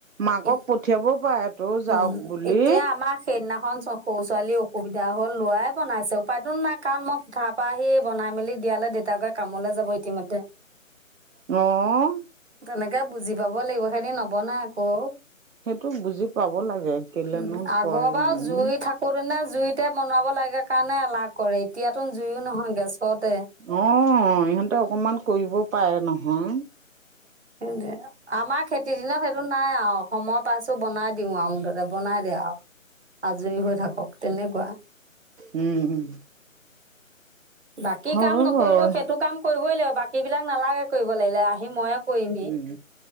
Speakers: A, on the right; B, on the right.
A: মাকক
B: ইত-
A: পঠিয়াব পাৰে তো যাওক
B: উম
A: বুলি।
B: এতিয়া আমাৰ সেইদিনাখন সৰু ছোৱালী অসুবিধা হ'ল লৱাই বনাইছে উপায়তো নাই কাৰণ মই পঠাৰ পৰা আহি বনাই মেলি দিয়ালৈ দেউতাকে কামলৈ যাব ইতিমধ্যে।
A: অঁ।
B: তেনেকে বুজি পাব লাগিব, সেতি নবনাই আকৌ।
A: সেইটো বুজি পাব লাগে কেলেনো
B: উম, আগৰ
A: কয়
B: বাৰু
A: মানো।
B: জুই জুইতে বনাব লাগে কাৰণে এলাহ কৰে, এতিয়াতো জুইও নহয় গেছতে।
A: অঁ, ইহঁতে অকণমান কৰিব পাৰে নহয়।
B: সেই আমাৰ খেতিৰ দিনত, সেইটো নাই আৰু সময় পাইছো বনাই দিও আৰু মুঠতে বনাই দে আৰু আজৰি হৈ থাকক তেনেকুৱা।
A: উম উম।
B: বাকী
A: হয়।
B: কাম নকৰিলেও সেইটো কাম কৰিবই লাগিব, বাকী বিলাক নালাগে কৰিব লাগিলে আহি মই কৰিমহি
A: উম।